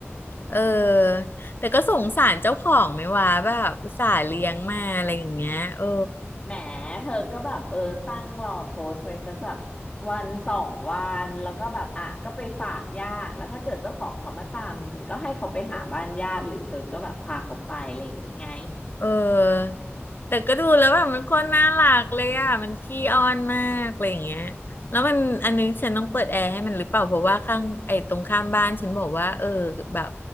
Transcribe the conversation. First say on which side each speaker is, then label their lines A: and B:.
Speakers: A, on the left; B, on the left.
A: เออแต่ก็สงสารเจ้าของไหมวะแบบอุตส่าห์เลี้ยงมาอะไรอย่างเงี้ยเออ
B: แหมเธอก็แบบเออตั้งรอโพสต์ไว้สักแบบวันสองวันแล้วก็แบบอ่ะก็ไปฝากญาติแล้วถ้าเกิดเจ้าของเขามาตามจริงๆก็ให้เขาไปหาบ้านญาติหรือเธอก็แบบพาเขาไปอะไรอย่างงี้ไง
A: เออแต่ก็ดูแล้วแบบมันโคนน่ารักเลยอ่ะมันขี้อ้อนมากอะไรอย่างเงี้ยแล้วมันอันนึงฉันต้องเปิดแอร์ให้มันหรือเปล่าเพราะว่าข้างไอ้ตรงข้ามบ้านฉันบอกว่าเออแบบ